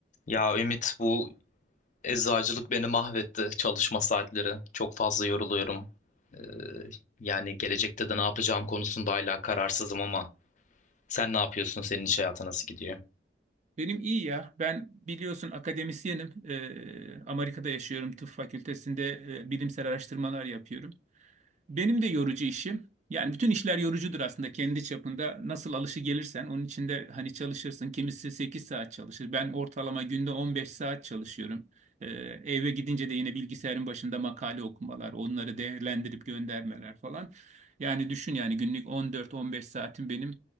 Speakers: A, on the left (about 45°); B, on the right (about 40°).
A: Ya Ümit bu eczacılık beni mahvetti çalışma saatleri. Çok fazla yoruluyorum. Ee, yani gelecekte de ne yapacağım konusunda hala kararsızım ama sen ne yapıyorsun? Senin iş hayatı nasıl gidiyor?
B: Benim iyi ya. Ben biliyorsun akademisyenim. Ee, Amerika'da yaşıyorum. Tıp fakültesinde e, bilimsel araştırmalar yapıyorum. Benim de yorucu işim. Yani bütün işler yorucudur aslında kendi çapında. Nasıl alışı gelirsen onun içinde hani çalışırsın. Kimisi 8 saat çalışır. Ben ortalama günde 15 saat çalışıyorum. Ee, eve gidince de yine bilgisayarın başında makale okumalar, onları değerlendirip göndermeler falan. Yani düşün yani günlük 14-15 saatim benim